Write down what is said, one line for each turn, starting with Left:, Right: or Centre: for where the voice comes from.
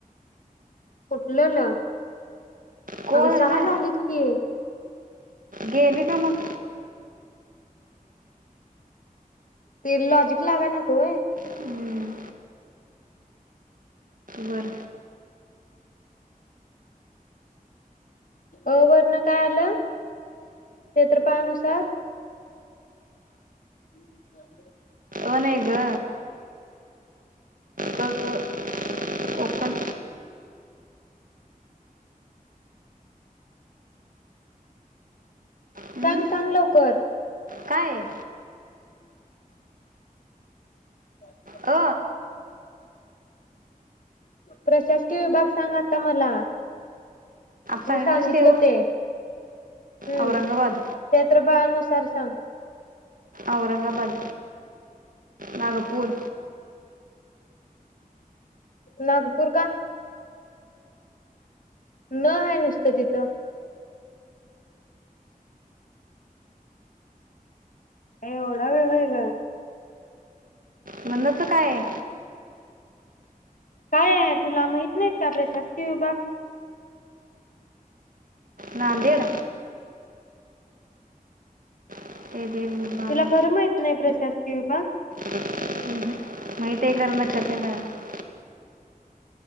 Left: फुठलंलं
Right: को
Left: अगं
Right: झालं
Left: सहा
Right: ना
Left: झालेत की
Right: गेली का मग
Left: तेर लॉजिक लागय नकोय
Right: हम्म, बर
Left: अ वरन काय आलं क्षेत्रफळानुसार <inaudible>
Right: अ नाही ग तर कोकण हम्म,
Left: सांग सांग लवकर
Right: काय
Left: <inaudible> <inaudible>
Right: अ
Left: प्रशासकीय विभाग सांग आता मला
Right: सांगितलीस
Left: मी सांगितलं
Right: व
Left: ते हम्म
Right: औरंगाबाद
Left: क्षेत्रफळानुसा स र सा
Right: औरंगाबाद नागपूर
Left: नागपूर का न आहे नुसतं तिथं एवढा वेळ व्हय ग
Right: मग न चं काय
Left: काय आहे तुला माहित नाही का प्रशासकीय विभाग
Right: नांदेड <unintelligible> भाग
Left: तुला
Right: आहे
Left: खरं माहित नाही प्रशासन क्यूबा
Right: ह माहित आहे खरं, लक्षात नाही माझ्या.